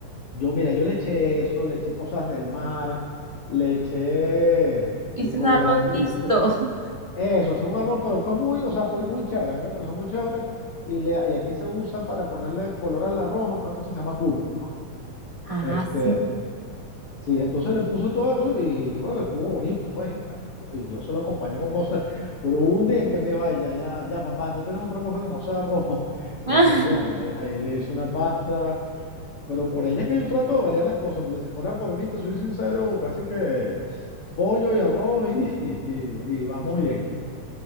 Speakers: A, on the left; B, on the right.
A: Yo, mira, yo le eché eso, le eché cosas del mar, le eché
B: Hice
A: el colorante
B: un arroz mixto.
A: que quise.
B: <laughs>
A: Eso es un arroz, pero fue muy, o sea, fue muy chévere, a mí me pareció muy chévere. Y, le, y aquí se usa para ponerle color al arroz una cosa que se llama cúrcuma.
B: Ah,
A: Este,
B: sí.
A: Sí, entonces le puso todo eso y yo creo que estuvo bonito, pues, y también yo, y yo se lo acompañé con cosas, <laughs> pero hubo un día en que me dijo, ay, ya, ya, ya, papá, no tienes otra cosa que no sea arroz. <laughs>
B: Ah,
A: Entonces, bueno, ahí le, ahí le hice una pasta, pero por ella es que yo trato de variar las cosas, porque si fuera por mí, te soy sincero, casi que pollo y arroz y, <laughs> y, y vamos bien.